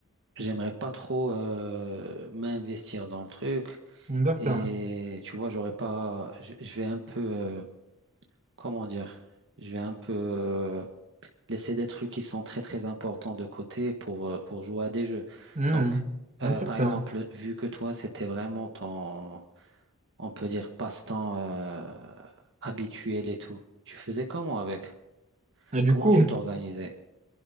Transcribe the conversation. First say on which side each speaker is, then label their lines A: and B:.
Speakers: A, on the right; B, on the right.
A: j'aimerais pas trop euh, m'investir dans le truc
B: Exactement.
A: et tu vois, j'aurais pas, je, je vais un peu, euh, comment dire, je vais un peu euh, laisser des trucs qui sont très très importants de côté pour euh, pour jouer à des jeux.
B: Mhm.
A: Donc,
B: Exactement.
A: euh, par exemple, vu que toi, c'était vraiment ton, on peut dire passe-temps euh, habituel et tout, tu faisais comment avec?
B: Et du
A: Comment
B: coup,
A: tu t'organisais?